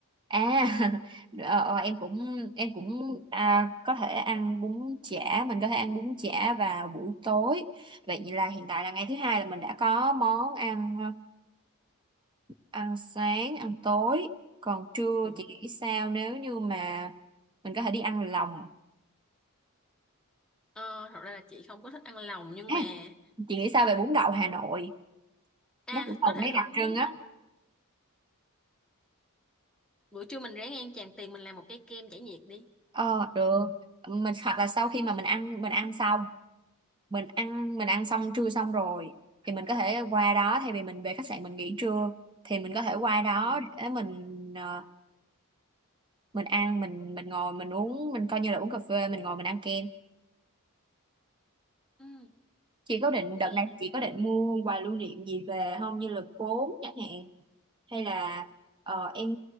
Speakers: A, on the right; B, in the centre.
A: À, <laughs> ờ, ờ, em cũng em cũng à, có thể ăn bún chả, mình có thể ăn bún chả vào buổi tối. Vậy là hiện tại là ngày thứ hai là mình đã có món ăn ờ, ăn sáng, ăn tối. Còn trưa
B: Cũng,
A: chị nghĩ sao nếu như mà mình có thể đi ăn lòng.
B: ờ, thật ra là chị không có thích ăn lòng nhưng
A: À,
B: mà
A: chị nghĩ sao về bún đậu Hà Nội?
B: à
A: Nó cũng còn
B: có thể
A: mấy
B: thử
A: đặc
B: bún
A: trưng
B: bún
A: á.
B: đậu. Buổi trưa mình ráng ăn tràn tiền mình làm một cái kem giải nhiệt đi.
A: Ờ được. Mình hoặc là sau khi mà mình ăn mình ăn xong mình ăn mình ăn xong trưa xong rồi thì mình có thể qua đó thay vì mình về khách sạn mình nghỉ trưa thì mình có thể qua đó
B: Ừ.
A: để mình ờ, mình ăn mình mình ngồi mình uống mình coi như là uống cà phê mình ngồi mình ăn kem
B: Ừ,
A: chị có định
B: nghe
A: đợt này chị có định mua quà lưu niệm gì về không như là cốm chẳng hạn hay là ờ, em